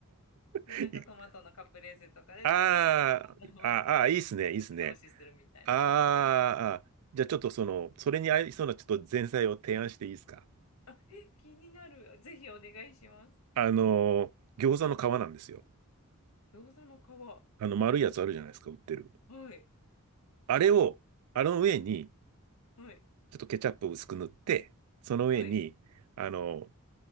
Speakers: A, on the left (about 80°); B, on the right (about 85°).
A: で、
B: い
A: なんかトマトのカプレーゼとかでちょっとあの
B: あーあ、あーいいっすね、
A: お口直しするみたいな感じです。
B: いいっすね。あーあー、じゃあちょっとその、それに合いそうなちょっと前菜を提案していいですか。
A: あ、え、気になる。ぜひお願いします。
B: あのー、餃子の皮なんですよ。
A: 餃子の皮。
B: あの、丸いやつあるじゃないですか、売ってる。
A: はい。
B: あれを、あの上に、
A: はい、
B: ちょっとケチャップを薄く塗って、その上に、
A: はい、
B: あの、